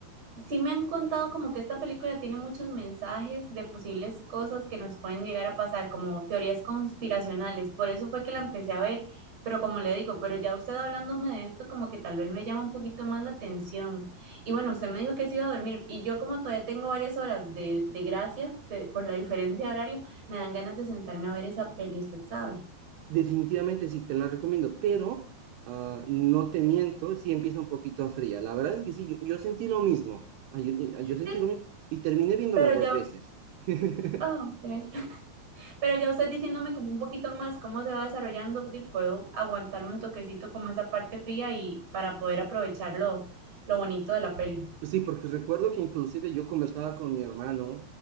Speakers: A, on the right; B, on the right.
A: Sí me han contado como que esta película tiene muchos mensajes de posibles cosas que nos pueden llegar a pasar, como teorías conspiracionales. Por eso fue que la empecé a ver, pero como le digo, pero ya usted hablándome de esto, como que tal vez me llama un poquito más la atención. Y bueno, usted me dijo que se iba a dormir y yo como todavía tengo varias horas de, de gracia de- por la diferencia de horario, me dan ganas de sentarme a ver esa peli, usted sabe.
B: definitivamente sí, te la recomiendo, pero ah, no te miento, sí empieza un poquito fría. La verdad es que sí, yo, yo sentí lo mismo. Ah, yo, yo- yo sentí
A: Sí,
B: lo mismo y terminé viéndola
A: pero
B: dos
A: ya...
B: veces. <laughs>
A: ah, ok. Pero ya usted diciéndome como un poquito más cómo se va desarrollando, di, puedo aguantarme un toquecito como esa parte fría y para poder aprovechar lo, lo bonito de la peli.
B: Sí, porque recuerdo que inclusive yo conversaba con mi hermano